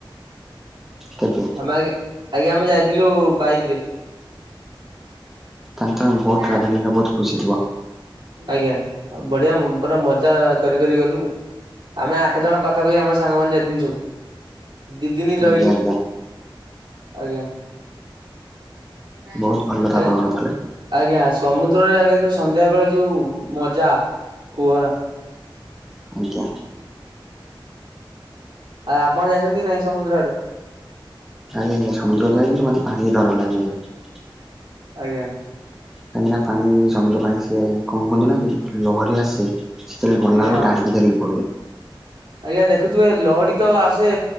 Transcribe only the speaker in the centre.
କେବେ?
ତାହେଲେ ତ ବହୁତ
ଟ୍ରାଭେଲିଂରେ ବହୁତ ଖୁସି ଥିବ
ଆଜ୍ଞା ଆଜ୍ଞା
ବହୁତ ଭଲ ତ ଆପଣଙ୍କର ତାହେଲେ।
ଆଜ୍ଞା।
ଆଜ୍ଞା ଆଜ୍ଞା, ସମୁଦ୍ର ଯାଏ କିନ୍ତୁ ମତେ ପାଣିିକୁ ଡର ଲାଗେ ମତେ।
କାହିଁକିନା, ପାଣି ସମୁଦ୍ର ପାଣି ସିଏ କଣ କୁହନ୍ତୁ ନା ଲହରୀ ଆସେ। ସେତେବେଳେ ଗଲା
ବେଳକୁ
ଟାଣିିକି ଧରିକି ପଳେଇବ।